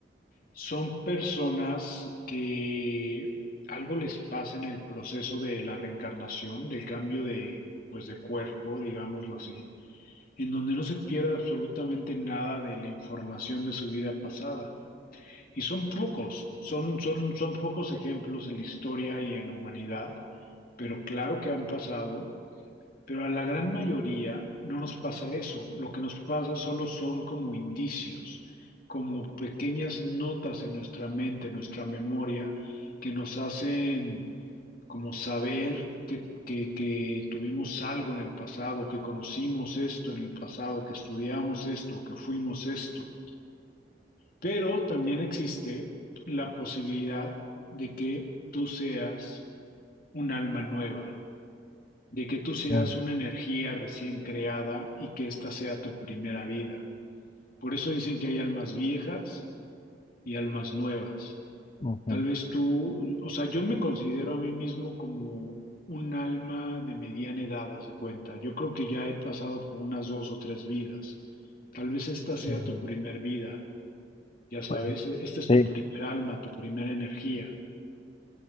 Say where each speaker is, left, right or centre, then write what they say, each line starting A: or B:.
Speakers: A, on the left (about 55°); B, on the left (about 35°).
A: son personas que algo les pasa en el proceso de la reencarnación, del cambio de, pues, de cuerpo, digámoslo así, en donde no se pierde absolutamente nada de la información de su vida pasada. Y son pocos, son, son, son pocos ejemplos en la historia y en la humanidad pero claro que han pasado pero a la gran mayoría no nos pasa eso. Lo que nos pasa solo son como indicios, como pequeñas notas en nuestra mente, en nuestra memoria, que nos hacen como saber que, que- que tuvimos algo en el pasado, que conocimos esto en el pasado, que estudiamos esto, que fuimos esto. Pero también existe la posibilidad de que tú seas un alma nueva de que tú seas
B: Mm,
A: una energía recién creada y que esta sea tu primera vida. Por eso dicen que hay almas viejas y almas nuevas.
B: ujú.
A: Tal vez tú, o sea, yo me considero a mí mismo como un alma de mediana edad, haz de cuenta. Yo creo que ya he pasado por unas dos o tres vidas. Tal vez esta sea
B: Mm,
A: tu primer vida, ya sabes,
B: bueno,
A: esta es
B: sí.
A: tu primer alma, tu primera energía.